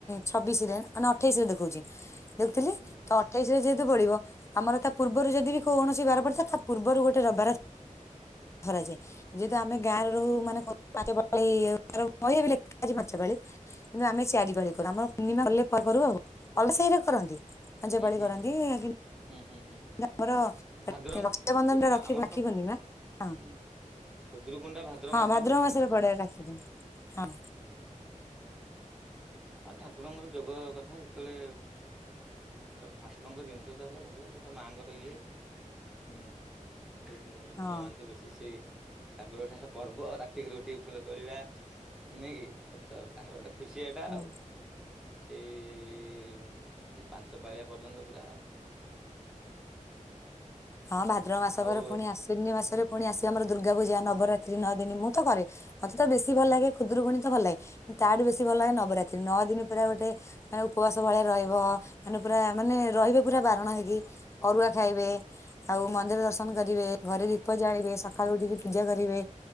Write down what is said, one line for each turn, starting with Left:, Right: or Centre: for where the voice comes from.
Left: ଛବିଶରେ ମାନ ଅଠେଇରେ ଦେଖ। ଦେଖୁଥିଲି
Centre: ହୁଁ
Left: ତ ଅଠେଇଶରେ ଯେହେତୁ ବ ପଢିବ ଆମର ତା ପୂର୍ବରୁ ଯଦି ବି କୌଣସି ବାରବାଟ। ତଥା ପୂର୍ବରୁ ଗୋଟେ ରବାର ଧାଏ ଯେହେତୁ
Centre: ହୁଁ
Left: ଆମେ
Centre: ହୁଁ
Left: ଗାଁ ର ମାନେ। ପା ପାଳି ଲେଖ ପାଞ୍ଚ ପାଳି କିନ୍ତୁ ଆମେ ଚାରି ପାଳି କର ଆମର।
Centre: ହୁଁ
Left: କା କରୁ ଆଉ ଅଲସେଇରେ କରନ୍ତି। ପାଞ୍ଚ
Centre: ହୁଁ
Left: ପାଳି
Centre: ହୁଁ
Left: କରନ୍ତି
Centre: ହୁଁ
Left: କିନ୍ତୁ
Centre: ହୁଁ ହୁଁ ହୁଁ ହୁଁ।
Left: ଆମର
Centre: ଭାଦ୍ର
Left: ରକ୍ଷାବନ୍ଧନ ଟା ରଖି
Centre: ଆମର
Left: ରାକ୍ଷୀ
Centre: ପାଖ
Left: ପୂର୍ଣ୍ଣିମା ହଁ
Centre: ହୁଁ। ଖୁଦୁର କୁଣ୍ଡା ଭାଦ୍ର
Left: ହଁ
Centre: ମାସର
Left: ଭାଦ୍ରବ
Centre: ହୁଏନି
Left: ମାସରେ
Centre: କି।
Left: ପଡେ ରାକ୍ଷୀ ପୂର୍ଣ୍ଣିମା ହଁ
Centre: ହୁଁ ହୁଁ। ହଁ ଠାକୁରଙ୍କର ଯୋଗ କଥା ଯେତେବେଳେ ଠାକୁରଙ୍କ ଜିନିଷ ତ ହେଲେ ଭଲ ସେ ତ ମା। ତାଙ୍କର ଇଏ ହୁଁ ସେ ଝିଅ
Left: ହଁ
Centre: ମାନ ତ ବେଶୀ ସେ। ତାଙ୍କର ଗୋଟେ ପର୍ବ ରାତିକି ରୁଟି ଫୁଲ ତୋଳିବା ନଁ କି ତାଙ୍କର ଗୋଟେ। ଖୁସି ଏଇଟା
Left: ହୁଁ।
Centre: ଆଉ। ସେଇ ପାଞ୍ଚ ପାାଳିଆ ପର୍ଯ୍ୟନ୍ତ ପୁରା ଆଉ।
Left: ହଁ ଭାଦ୍ର ମାସ
Centre: ଆଉ
Left: ପରେ ପୁଣି ଆଶ୍ୱନ୍ୟ ମାସରେ। ପୁଣି ଆସିବ ଆମର ଦୁର୍ଗା ପୂଜା ନବରାତ୍ରୀ ନଅ ଦିନ ମୁଁ ତ କରେ ମତେ ତ ବେଶୀ ଭଲ ଲାଗେ ଖୁଦରୁକୁୁଣି ତ ଭଲ ଲାଗେ। ତାଠୁ ବେଶୀ ଭଲ ଲାଗେ ନବରାତ୍ରି ନଅ ଦିନ। ପୁରା ଗୋଟେ ମାନେ ଉପବାସ ଭଳିଆ ରହିବ ମାନେ ପୁରା ମାନେ ରହିବେ ପୁରା ବାରଣ ହେଇକି। ଅରୁଆ ଖାଇବେ ଆଉ ମନ୍ଦିର ଦର୍ଶନ କରିବେ ଘରେ ଦୀପ ଜାଳିବେ ସକାଳୁ ଉଠିକି ପୂଜା କରିବେ।